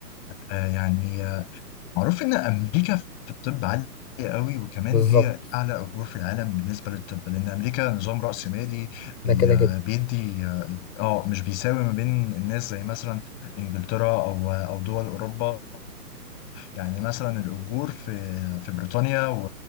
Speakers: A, on the left; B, on the left.
A: آه، يعني معروف إن أمريكا في الطب عالية قوي وكمان
B: بالظبط
A: هي أعلى أجور في العالم بالنسبة للطب لأن أمريكا نظام رأسمالي بي-
B: ده كده كده
A: بيدي آه مش بيساوي ما بين الناس زي مثلا إنجلترا أو أو دول أوروبا يعني مثلا الأجور في في بريطانيا و-